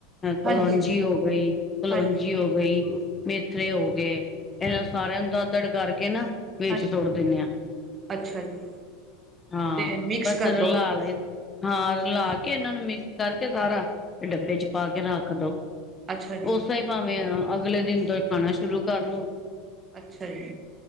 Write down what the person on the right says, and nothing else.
ਹਾਂਜੀ
ਹਾਂਜੀ
ਹਾਂਜੀ
ਹਾਂ
ਅੱਛਾ ਜੀ
ਤੇ ਮਿਕਸ
ਕਰ
ਦੋ ਹਾਂਜੀ
ਅੱਛਾ ਜੀ
ਅੱਛਾ ਜੀ।